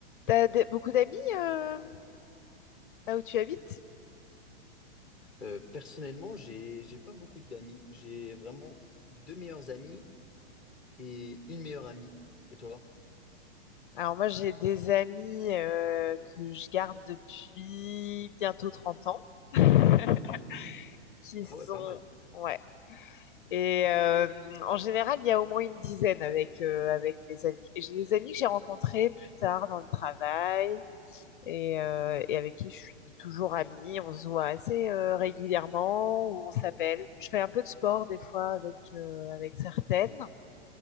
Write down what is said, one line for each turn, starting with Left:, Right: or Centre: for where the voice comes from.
Left: T'as des- beaucoup d'amis euh, là où tu habites?
Centre: Euh, personnellement, j'ai j'ai pas beaucoup d'amis. J'ai vraiment deux meilleurs amis et une meilleure amie. Et toi?
Left: Alors moi j'ai des amis euh, que je garde depuis bientôt 30 ans <laughs> qui sont
Centre: Ah ouais, pas mal.
Left: ouais et euh, en général il y a au moins une dizaine avec euh, avec mes amis et j'ai des amis que j'ai rencontrés plus tard dans le travail et, euh, et avec qui je suis toujours amie on se voit assez euh, régulièrement ou on s'appelle je fais un peu de sport des fois avec euh, avec certaines